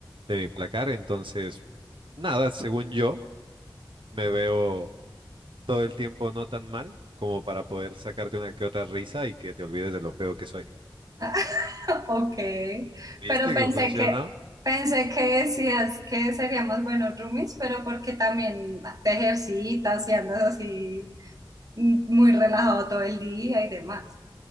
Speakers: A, on the right; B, on the right.
A: de mi placar. Entonces, nada, según yo, me veo todo el tiempo no tan mal como para poder sacarte una que otra risa y que te olvides de lo feo que soy.
B: <laughs> Ok,
A: ¿Viste
B: pero pensé
A: que funcionó?
B: que pensé que decías que seríamos buenos roomies, pero porque también te ejercitas y andas así mm, muy relajado todo el día y demás.